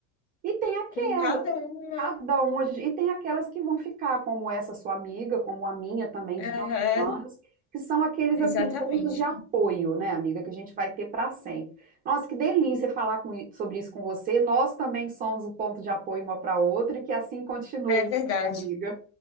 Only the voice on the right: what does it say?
E tem aquelas,
cada um, a gente, e tem aquelas que vão ficar, como essa sua amiga, como a minha também, de
tantos anos, que são aqueles,
assim, pontos de apoio, né, amiga, que a gente vai ter para sempre. Nossa, que delícia falar com i- sobre isso com você. Nós também somos o ponto de apoio uma para outra e que assim continue,
amiga.